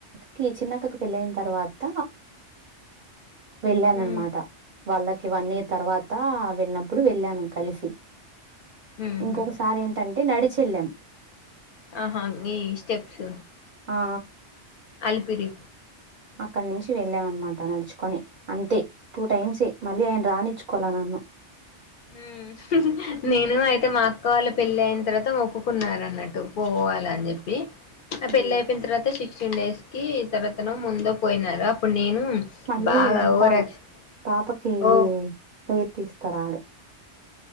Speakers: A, on the right (about 50°); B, on the left (about 55°).
A: కె చిన్నక్కకి పెళ్ళయిన తర్వాత వెళ్ళాననమాట
B: ఉమ్
A: వాళ్ళకి వన్ ఇయర్ తర్వాత వెళ్ళినప్పుడు వెళ్ళాను కలిసి
B: ఉహు
A: ఇంకొకసారి ఏంటంటే నడిచల్లెం
B: ఆహా ఈ స్టెప్స్
A: ఆ
B: అలిపిరి
A: అక్కడ నుంచి వెళ్ళాం అనమాట నడుచుకొని అంతే టూ టైమ్సే మళ్ళీ ఆయన రాణచ్చుకోల నన్ను
B: అ మ్ హ్హ్ నేను అయితే మా అక్క వాళ్ళ పెళ్ళి అయిన తర్వాత మొక్కుకున్నార అన్నట్టు పో వాలని చెప్పి ఆ
A: ఉమ్
B: పెళ్లి అయిపోయిన తర్వాత సిక్స్టీన్ డేస్ కి తర్వాతను ముందు పోయినారు అప్పుడు నేను
A: మళ్ళీ
B: బాగా
A: వెళ్తాను
B: ఓవరాక్షన్
A: పాపకి
B: ఓ
A: హెయిర్ తీస్తారు ఆడే